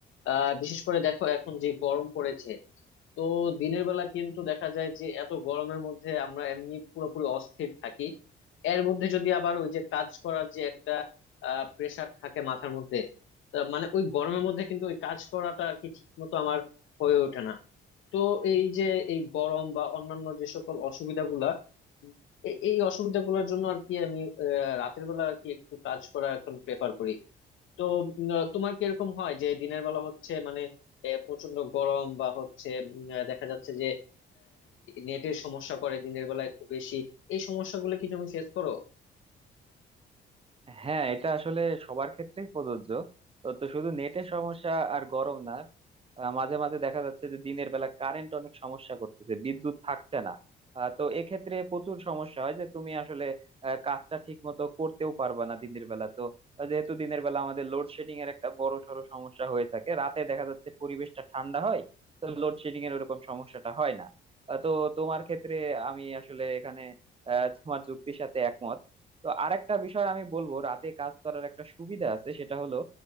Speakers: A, on the left; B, on the right.
A: আহ বিশেষ করে দেখো এখন যে গরম পড়েছে তো দিনের বেলা কিন্তু দেখা যায় যে এত গরমের মধ্যে আমরা এমনি পুরোপুরি অস্থির থাকি এর মধ্যে যদি আবার ওই যে কাজ করার যে একটা প্রেসার থাকে মাথার মধ্যে তা মানে ওই গরমের মধ্যে কিন্তু ওই কাজ করাটা আর কি ঠিক মতো আমার হয়ে ওঠে না তো এই যে এই গরম বা অন্যান্য যে সকল অসুবিধাগুলা উম, এ- এই অসুবিধাগুলোর জন্য আর কি আমি আহ, রাতের বেলা আর কি একটু কাজ করা এখন প্রেফার করি তো উম, আহ, তোমার কি এরকম হয় যে দিনের বেলা হচ্ছে মানে এ, প্রচন্ড গরম বা হচ্ছে উম, আহ, দেখা যাচ্ছে যে নেটের সমস্যা করে দিনের বেলা একটু বেশি এই সমস্যাগুলো কি তুমি ফেস করো
B: হ্যাঁ এটা আসলে সবার ক্ষেত্রেই প্রযোজ্য তো তো শুধু নেটের সমস্যা আর গরম না আহ, মাঝে মাঝে দেখা যাচ্ছে যে দিনের বেলা কারেন্ট অনেক সমস্যা করতেছে বিদ্যুৎ থাকছে না আহ, তো এক্ষেত্রে প্রচুর সমস্যা হয় যে তুমি আসলে আহ, কাজটা ঠিক মতো করতেও পারবা না দিনের বেলা তো আহ, যেহেতু দিনের বেলা আমাদের লোডশেডিং এর একটা বড় সড়ো সমস্যা হয়ে থাকে রাতে দেখা যাচ্ছে পরিবেশটা ঠান্ডা হয় তো লোডশেডিং এর ওরকম সমস্যাটা হয় না আহ, তো তোমার ক্ষেত্রে আমি আসলে এখানে আহ, তোমার যুক্তির সাথে একমত তো আরেকটা বিষয় আমি বলবো রাতে কাজ করার একটা সুবিধা আছে সেটা হলো